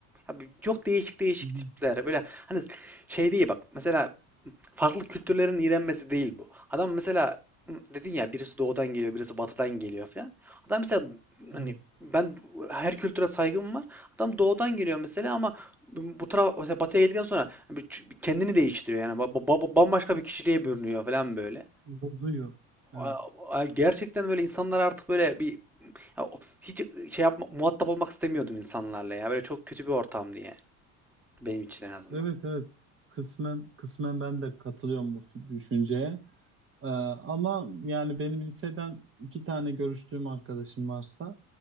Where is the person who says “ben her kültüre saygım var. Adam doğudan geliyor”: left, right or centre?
Centre